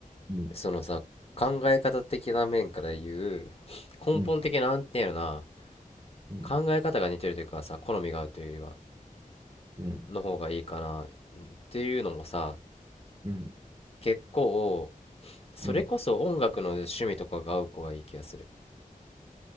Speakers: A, on the right (about 25°); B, on the left (about 40°).
A: うん、
B: そのさ考え方的な面から言う根本的ななんていうのか
A: うん、
B: な考え方が似てるというかさ好みが合うというよりは
A: うん、うん、
B: の方がいいかなっていうのもさ
A: うん、
B: 結構それこそ音楽の趣味とかが合う子がいい気がする
A: うん。